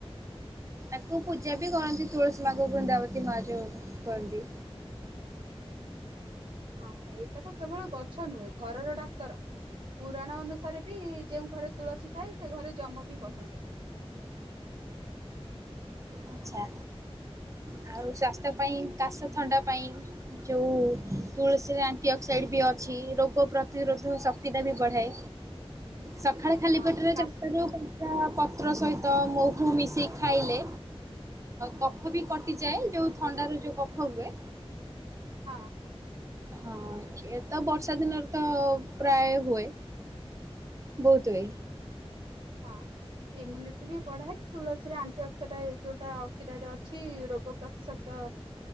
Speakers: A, on the right (about 30°); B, on the right (about 55°).
A: ସେ ପୂଜା ବି କରନ୍ତି ତୁଳସୀ ମାକୁ ବୃନ୍ଦାବତୀ ମା ଯୋଉ କରନ୍ତି।
B: ହଁ ଏଇଟା ତ କେବଳ ଗଛ ନୁହେଁ ଘରର ଡାକ୍ତର। ପୁରାଣ ଅନୁସାରେ ବି ଯୋଉଁ ଘରେ ତୁଳସୀ ଥାଏ ସେ ଘରେ ଜମ ବି ପସନ୍ତିନି।
A: ଆଚ୍ଛା। ଆଉ ସ୍ୱାସ୍ଥ୍ୟ ପାଇଁ କାଶ ଥଣ୍ଡା ପାଇଁ ଯେଉଁ ତୁଳସୀରେ ଆଣ୍ଟି ଅକ୍ସାଇଡ଼୍ ବି ଅଛି ରୋଗ ପ୍ରତିରୋଧକ ଶକ୍ତିଟା ବି ବଢ଼ାଏ। ସକାଳେ ଖାଲି
B: ହଁ
A: ପେଟରେ
B: କାଶ
A: ଚାରିଟାରୁ ଗୋ <unintelligible> ପତ୍ର ସହିତ ମୋହୁ ମିଶେଇ ଖାଇଲେ କଫ ବି କ ମି ଯାଏ ଯୋଉ ଥଣ୍ଡାରୁ ଯୋଉ ଯୋଉ କଫ ହୁଏ
B: ହଁ।
A: ହଁ କିଏ ତ ବର୍ଷା ଦିନରେ ତ ପ୍ରାୟ ହୁଏ। ବହୁତ ହୁଏ।
B: ହଁ। ଇମ୍ୟୁନିଟି ବି ବଢାଏ ତୁଳସୀରେ ଆଣ୍ଟି ଅକ୍ସଟାଇ ଯୋଉଟା ଅକ୍ସିଡାଇଡ ଅଛି ରୋଗ ପ୍ର ଶତ